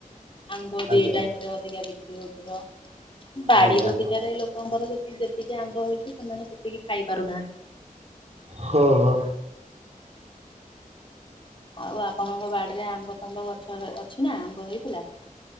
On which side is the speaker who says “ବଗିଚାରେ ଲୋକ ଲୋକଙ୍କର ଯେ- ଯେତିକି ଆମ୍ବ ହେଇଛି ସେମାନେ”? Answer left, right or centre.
Left